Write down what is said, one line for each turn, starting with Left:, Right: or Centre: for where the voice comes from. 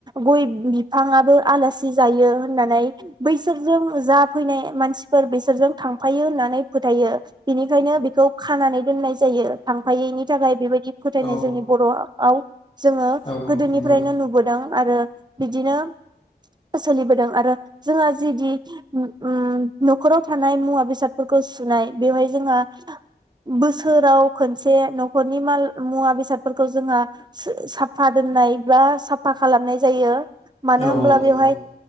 Right: गय बिफाङाबो आलासि जायो होननानै बैसोरजों जा फैनाय मानसिफोर बिसोरजों थांफायो होननानै फोथायो बेनिखायनो बेखौ खानानै दोननाय जायो । थांफायैनि थाखाय बेबायदि फोथायनाय
Left: औ
Right: जोंनि बर' आव जोंङो
Left: औ
Right: गोदोनिफ्रायनो
Left: नंगौ
Right: नुबोदों आरो बिदिनो सोलिबोदों आरो जोंहा जिदि उम्म उम्म न'खराव थानाय मुवा बेसादफोरखौ सुनाय बेवहाय जोंहा बोसोराव खनसे न'खरनि माल मुवा बेसादफोरखौ जोंहा सु साफा दोननाय बा साफा खालामनाय जायो । मानो
Left: औ
Right: होनोमब्ला
Left: औ नंगौ
Right: बेवहाय